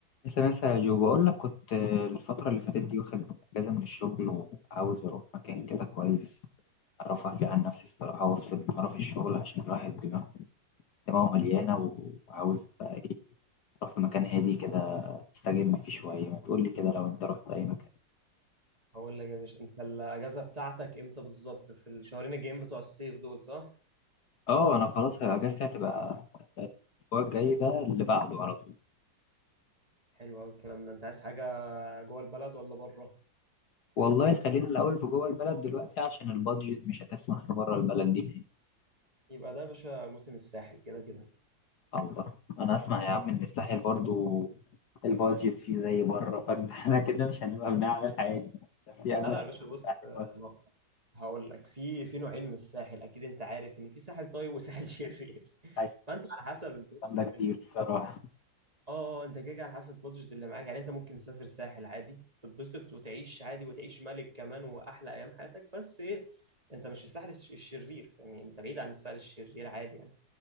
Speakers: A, on the left; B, on the right.
A: لسه لسه يا جو بقول لك كنت آه، الفترة اللي فاتت دي واخد أجازة من الشغل وعاوز أروح مكان كده كويس أعرف أهدي عن نفسي الصراحة وأفصل من قرف الشغل عشان الواحد دماغه دماغه مليانة وعاوز بقى إيه أروح في مكان هادي كده أستجم فيه شوية ما تقول لي كده لو أنت رحت أي مكان
B: هقول لك يا باشا انت الاجازه بتاعتك امتى بالظبط في الشهرين الجايين بتوع الصيف دول صح
A: أه أنا خلاص أجازتي هتبقى الأسبوع الجاي ده اللي بعده على طول
B: حلو قوي الكلام ده انت عايز حاجه جوه البلد ولا بره
A: والله خلينا الأول في جوه البلد دلوقتي عشان البادجت مش هتسمح بره البلد دي
B: يبقى ده يا باشا موسم الساحل كده كده
A: الله انا اسمع يا عم ان الساحل برضو البادجت فيه زي بره فاحنا <laughs> كده مش هنبقى بنعمل حاجه في اماكن
B: لا لا يا باشا بص
A: حلوه
B: آه، ما- هقول لك في في نوعين من الساحل اكيد انت عارف ان في ساحل طيب وساحل <laughs> شرير
A: حاجات
B: فانت على حسب البادجت
A: جامده كتير الصراحه
B: اه آه، انت كده كده على حسب البادجت اللي معاك يعني انت ممكن تسافر الساحل عادي تتبسط وتعيش عادي وتعيش ملك كمان واحلى ايام حياتك بس ايه انت مش في الساحل الش- الشرير يعني انت بعيد عن الساحل الشرير عادي يعني